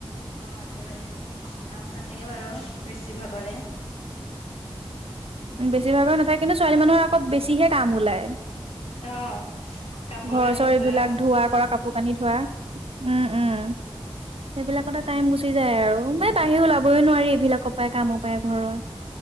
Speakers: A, on the left (about 90°); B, on the right (about 85°).
A: অ দেবাৰদিনতো কাম নাথাকে বাৰু বেছিভাগৰে
B: বেছিভাগৰ নাথাকে কিন্তু ছোৱালী মানুহৰ আকৌ বেছিহে কাম ওলায়।
A: অ কাপোৰ
B: ঘৰ
A: কানি
B: চৰ
A: ধোৱা
B: এইবিলাক ধোৱা কৰা কাপোৰ কানি ধোৱা উম উম সেইবিলাকতে। টাইম গুচি যায় আৰু মানে বাহিৰ ওলাবই নোৱাৰি এইবিলাকৰ পায় কামৰ পায় ঘৰৰ